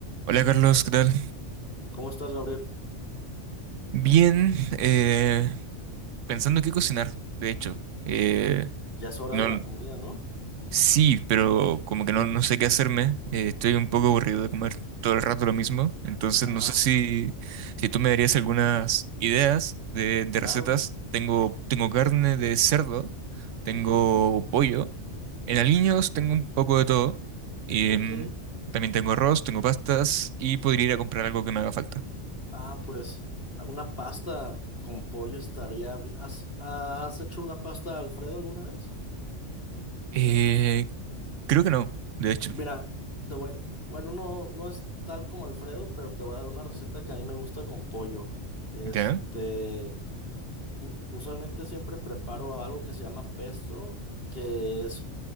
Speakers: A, on the right; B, on the left.
A: Hola Carlos, ¿qué tal?
B: ¿Cómo estás, Gabriel?
A: Bien, eh, pensando qué cocinar, de hecho. Eh,
B: Ya es hora
A: no,
B: de la comida, ¿no?
A: sí, pero como que no, no sé qué hacerme. eh, estoy un poco aburrido de comer todo el rato lo mismo. Entonces
B: Ajá,
A: no sé si, si tú me darías algunas ideas de, de
B: claro.
A: recetas. Tengo, tengo carne de cerdo, tengo
B: Ujú.
A: pollo. En aliños
B: Oye,
A: tengo un poco de todo. em,
B: ok.
A: también tengo arroz, tengo pastas y podría ir a comprar algo que me haga falta.
B: Ah, pues una pasta con pollo estaría bien. ¿Has, has hecho una pasta Alfredo alguna vez?
A: Eh, creo que no, de hecho.
B: Mira, te voy. Bueno, no, no es tal como Alfredo, pero te voy a dar una receta que a mí me gusta con pollo. Este,
A: ¿Ya?
B: u- usualmente siempre preparo algo que se llama pesto, que es.